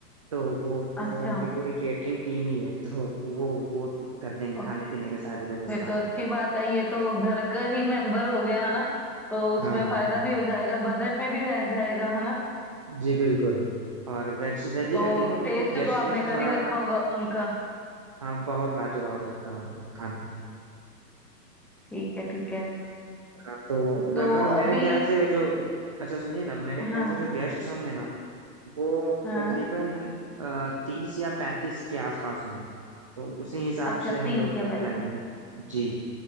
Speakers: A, on the right; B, in the centre.
A: तो वो
B: अच्छा
A: वो उनकी पूरी केटरिंग टीम ही है तो वो वो कर देंगे
B: ओ,
A: खाने पीने का सारी व्यवस्था
B: फिर तो अच्छी बात है ये तो घर का ही मेंबर हो गया है ना तो उसमें
A: हाँ
B: फायदा भी हो जाएगा बजट में भी रह जाएगा है ना
A: जी बिल्कुल और वेज वेज ही
B: तो
A: रखेंगे क्योंकि
B: टेस्ट
A: गेस्ट
B: तो आपने
A: लिस्ट
B: कर
A: थोड़ा
B: ही रखा होगा उनका
A: हाँ बहुत लाजवाब रहता है उनका खाना
B: ठीक है ठीक है
A: हाँ, तो
B: तो
A: लगभग मेरे
B: अभी
A: ख्याल से जो अच्छा सुनिए ना मेरे
B: हाँ
A: ख्याल से
B: हाँ
A: जो गेस्ट होंगे ना वो
B: हाँ,
A: तकरीबन तीस या पैंतीस के आसपास होंगे तो उसी हिसाब
B: अच्छा
A: से हम
B: तीस
A: लोग
B: या पैंतीस
A: प्लानिंग करें जी